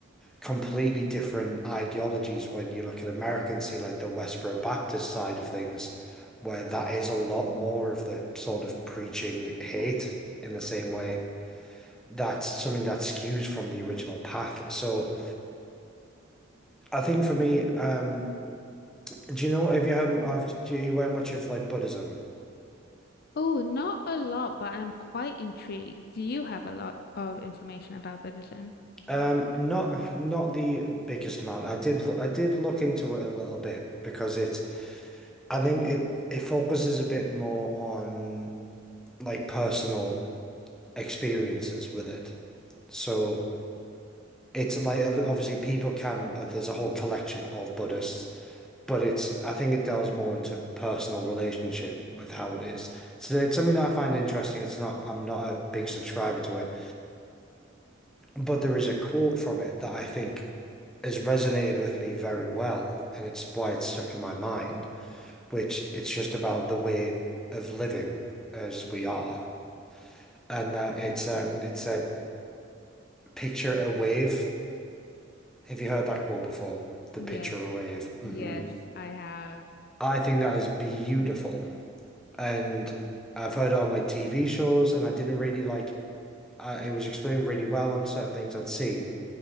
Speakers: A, in the centre; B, on the left (about 50°).
A: completely different ideologies when you look at America and see like the Westboro Baptist side of things, where that is a lot more of the sort of preaching hate in the same way. That's something that skews from the original path. So I think for me, um, do you know have you heard of do you wear much of like Buddhism?
B: Oh, not a lot, but I'm quite intrigued. Do you have a lot of information about Buddhism?
A: Um, not not the biggest amount. I did I did look into it a little bit because it's I think it it focuses a bit more on like personal experiences with it. So it's like obviously people can uh, there's a whole collection of Buddhists, but it's I think it delves more into personal relationship with how it is. So it's something that I find interesting. It's not I'm not a big subscriber to it, but there is a quote from it that I think has resonated with me very well, and it's why it's stuck in my mind, which it's just about the way of living as we are. And that it's um it said picture a wave Have you heard that quote before? The
B: Yes,
A: picture away is. Mm.
B: yes, I have.
A: I think that is beautiful. And I've heard it on like TV shows, and I didn't really like I, it was explained really well on certain things I'd seen.